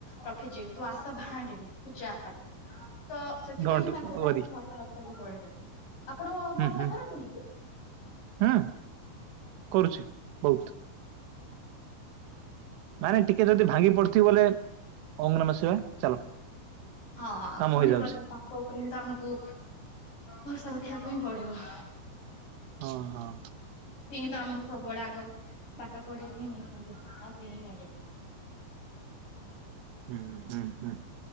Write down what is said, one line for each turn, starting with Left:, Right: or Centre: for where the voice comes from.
Left: ରଖିଛି ତୁ ଆଶା ଭାଆଙ୍ଗେନି ତୁ ଚାଲ। ତ ସେଥିପାଇଁ
Right: ଡୋଣ୍ଟ
Left: ହିଁ, ତାଙ୍କ ଉପରେ ଆମକୁ
Right: ୱରି
Left: ଭରସା ରଖିବାକୁ ପଡିବ। ଆପଣ
Right: ହୁଁ
Left: ଭରସା
Right: ହୁଁ
Left: କରନ୍ତିନି କି?
Right: ହୁଁ କରୁଛି ବହୁତ। ମାନେ ଟିକେ ଯଦି ଭାଙ୍ଗି ପଡିଥିବ, ବଲେ, ଓଙ୍ଗ୍ ନମ ଶିବାୟ ଚାଲ।
Left: ହଁ, ଆଉ
Right: କାମ
Left: କଣି
Right: ହେଇଯାଉଛି
Left: କରିବା ପା? କୋଉ ଉପରେ ହିଁ ତ ଆମକୁ, ଭରସା ରଖିବାକୁ ହିଁ ପଡିବ।
Right: ହଁ ହଁ।
Left: ସିଏଁ ତ ଆମକୁ ସବୁବେଳେ ଆଗ, ବାଟ ପଢେଇକି ହିଁ ନେଇଛନ୍ତି। ଆଉ ସିଏ ହିଁ ନେବେ।
Right: ହୁଁ, ହୁଁ, ହୁଁ,